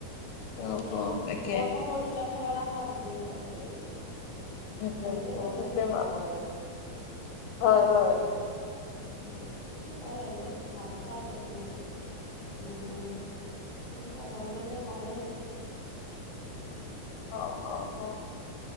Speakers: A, on the left (about 40°); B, on the left (about 75°).
A: মানে
B: অ
A: কি আৰু
B: অ তাকে
A: কৰ্ম কৰি যোৱা ফলৰ আশা নকৰিবা এইটোয়ে আৰু
B: উম
A: ফলটো
B: উম
A: ভগৱানে
B: উম সেইটোৱে
A: দেখাব
B: মই
A: আৰু।
B: হয় হয়
A: উম, ইটো হয় আৰু বহুত ভাল কথা কৈছা তুমি আজি। মানে আৰু এনেকুৱা হব পাৰিলে ভালেই আৰু।
B: অ' অ' অ' হয়,